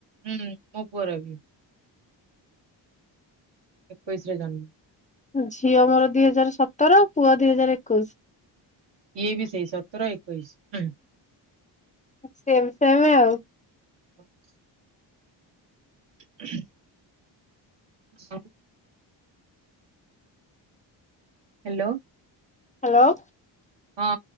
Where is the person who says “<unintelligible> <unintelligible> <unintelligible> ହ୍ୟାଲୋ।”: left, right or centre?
Right